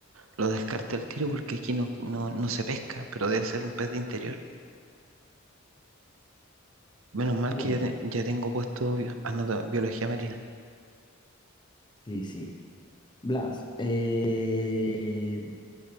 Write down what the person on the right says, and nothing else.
Lo descarté al tiro porque aquí no, no, no se pesca, pero debe ser un pez de interior. Menos mal
que ya, te- ya tengo puesto bio- anoto- biología marina.